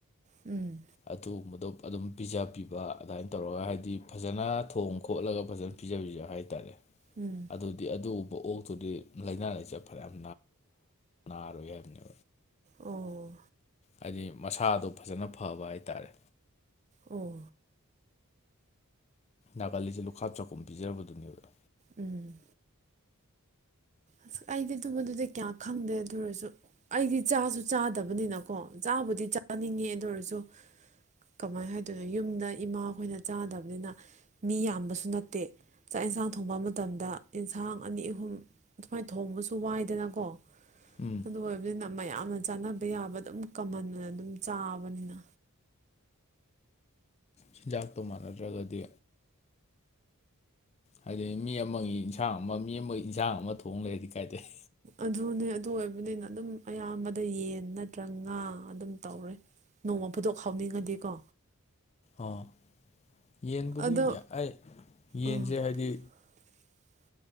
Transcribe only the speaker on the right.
ꯎꯝ
ꯎꯝ
ꯑꯣ
ꯑꯣ
ꯎꯝ ꯑꯁ ꯑꯩꯗꯤ ꯑꯗꯨꯝꯕꯗꯨꯗꯤ ꯀꯌꯥ ꯈꯪꯗꯦ ꯑꯗꯨ ꯑꯣꯏꯔꯁꯨ ꯑꯩꯗꯤ ꯆꯥꯁꯨ ꯆꯥꯗꯕꯅꯤꯅꯀꯣ ꯆꯥꯕꯨꯗꯤ ꯆꯥꯅꯤꯡꯉꯦ ꯑꯗꯨ ꯑꯣꯏꯔꯁꯨ ꯀꯃꯥꯏꯅ ꯍꯥꯏꯗꯣꯏꯅꯣ ꯌꯨꯝꯗ ꯏꯃꯥꯈꯣꯏꯅ ꯆꯥꯗꯕꯅꯤꯅ ꯃꯤ ꯌꯥꯝꯕꯁꯨ ꯅꯠꯇꯦ ꯆꯥꯛ ꯌꯦꯟꯁꯥꯡ ꯊꯣꯡꯕ ꯃꯇꯝꯗ ꯑꯦꯟꯁꯥꯡ ꯑꯅꯤ ꯑꯍꯨꯝ ꯑꯗꯨꯃꯥꯏꯅ ꯊꯣꯡꯕꯁꯨ ꯋꯥꯏꯗꯅꯀꯣ
ꯑꯗꯨ ꯑꯣꯏꯕꯅꯤꯅ ꯃꯌꯥꯝꯅ ꯆꯥꯅꯕ ꯌꯥꯕ ꯑꯗꯨꯝ ꯀꯃꯟ ꯑꯣꯏꯅ ꯑꯗꯨꯝ ꯆꯥꯕꯅꯤꯅ
ꯑꯗꯨꯅꯦ ꯑꯗꯨ ꯑꯣꯏꯕꯅꯤꯅ ꯑꯗꯨꯝ ꯑꯌꯥꯝꯕꯗ ꯌꯦꯟ ꯅꯠꯇ꯭ꯔꯒ ꯉꯥ ꯑꯗꯨꯝ ꯇꯧꯔꯦ ꯅꯣꯡꯃ ꯐꯗꯣꯛ ꯍꯥꯎꯅꯤꯡꯉꯗꯤꯀꯣ
ꯑꯗꯣ
ꯑꯥ
<unintelligible>